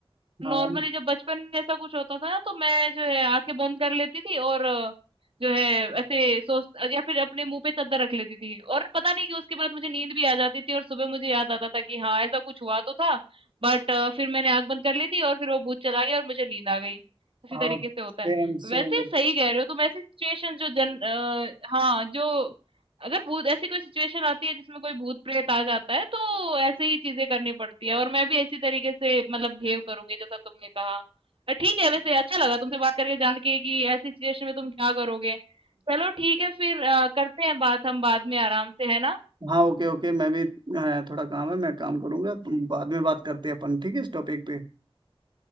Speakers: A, on the right; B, on the right.
A: हाँ
B: नॉर्मली जब बचपन में ऐसा कुछ होता था ना तो मैं जो है आँखें बंद कर लेती थी और अ, जो है ऐसे सोच या फिर अपने मुँह पे चद्दर रख लेती थी और पता नहीं कि उसके बाद मुझे नींद भी आ जाती थी और सुबह मुझे याद आता था कि हाँ ऐसा कुछ हुआ तो था बट फिर मैंने आँख बंद कर ली थी और फिर वो भूत चला गया और मुझे नींद आ गई। इसी
A: हाँ
B: तरीके से होता
A: Same
B: है।
A: same
B: वैसे सही कह रहे हो तुम ऐसी सिचुएशन जो जन अ, हाँ, जो अगर भूत ऐसी कोई सिचुएशन आती है जिसमें कोई भूत प्रेत आ जाता है तो ऐसे ही चीजें करनी पड़ती है और मैं भी इसी तरीके से मतलब बिहेव करूंगी जैसा तुमने कहा अ, ठीक है वैसे अच्छा लगा तुमसे बात करके जान के कि ऐसी सिचुएशन में तुम क्या करोगे चलो ठीक है फिर अ, करते हैं बात हम बाद में आराम से है ना
A: हाँ ओके ओके मैं भी अ, थोड़ा काम है मैं काम करूंगा तुम बाद में बात करते हैं अपन ठीक है इस टॉपिक पे